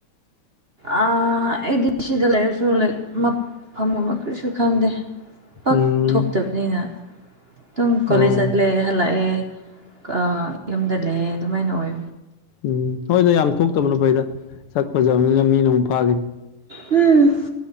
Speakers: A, on the right (about 40°); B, on the left (about 80°).
A: ꯑꯥ ꯑꯥ ꯑꯦꯗꯤ ꯁꯤꯗ ꯂꯩꯔꯁꯨ ꯂꯩ ꯃꯞ ꯐꯝꯒꯨꯝꯕ ꯀꯔꯤꯁꯨ ꯈꯪꯗꯦ ꯄꯛ
B: ꯎꯝ
A: ꯊꯣꯛꯇꯕꯅꯤꯅ ꯑꯗꯨꯝ ꯀꯣꯂꯦꯖ
B: ꯑꯧ
A: ꯆꯠꯂꯦ ꯍꯜꯂꯛꯑꯦ ꯀꯥ ꯌꯨꯝꯗ ꯂꯩꯌꯦ ꯑꯗꯨꯃꯥꯏꯅ ꯑꯣꯏ
B: ꯎꯝ ꯍꯣꯏꯗ ꯌꯥꯝ ꯊꯣꯛꯇꯕꯅ ꯐꯩꯗ ꯁꯛ ꯐꯖꯕꯅꯤꯅ ꯃꯤꯅ ꯑꯃꯨꯛ ꯐꯥꯈꯤꯅꯤ
A: ꯎꯝ